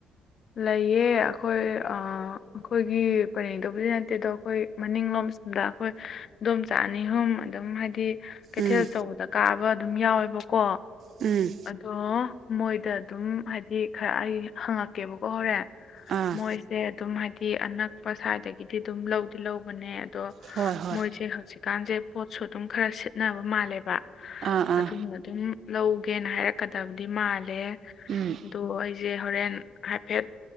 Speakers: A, on the left (about 55°); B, on the right (about 55°).
A: ꯂꯩꯌꯦ ꯑꯩꯈꯣꯏ ꯑꯥ ꯑꯩꯈꯣꯏꯒꯤ ꯄꯔꯦꯡ ꯗꯕꯨꯗꯤ ꯅꯠꯇꯦ ꯑꯗꯣ ꯑꯩꯈꯣꯏ ꯃꯅꯤꯡꯂꯣꯝ ꯑꯁꯣꯝꯗ ꯑꯩꯈꯣꯏ ꯏꯗꯣꯝꯆ ꯑꯅꯤ ꯑꯍꯨꯝ ꯑꯗꯨꯝ ꯍꯥꯏꯗꯤ ꯀꯩꯊꯦꯜ
B: ꯎꯝ
A: ꯑꯆꯧꯕꯗ ꯀꯥꯕ ꯑꯗꯨꯝ ꯌꯥꯎꯋꯦꯕꯀꯣ
B: ꯎꯝ
A: ꯑꯗꯣ ꯃꯣꯏꯗ ꯑꯗꯨꯝ ꯍꯥꯏꯗꯤ ꯈꯔ ꯑꯩ ꯍꯪꯉꯛꯀꯦꯕꯀꯣ ꯍꯣꯔꯦꯟ
B: ꯑꯥ
A: ꯃꯣꯏꯁꯦ ꯑꯗꯨꯝ ꯍꯥꯏꯗꯤ ꯑꯅꯛꯄ ꯁ꯭ꯋꯥꯏꯗꯒꯤꯗꯤ ꯑꯗꯨꯝ ꯂꯧ ꯂꯧꯕꯅꯦ ꯑꯗꯣ
B: ꯍꯣꯏ ꯍꯣꯏ
A: ꯃꯣꯏꯖꯦ ꯍꯧꯖꯤꯛꯀꯥꯟꯖꯦ ꯄꯣꯠꯁꯨ ꯑꯗꯨꯝ ꯈꯔ ꯁꯤꯠ ꯈꯦꯠꯅꯕ ꯃꯥꯜꯂꯦꯕ
B: ꯑꯥ ꯑꯥ
A: ꯑꯗꯨꯅ ꯑꯗꯨꯝ ꯂꯧꯒꯦꯅ ꯍꯥꯏꯔꯛꯀꯗꯕꯗꯤ ꯃꯥꯜꯂꯦ
B: ꯎꯝ
A: ꯑꯗꯨ ꯑꯩꯖꯦ ꯍꯣꯔꯦꯟ ꯍꯥꯏꯐꯦꯠ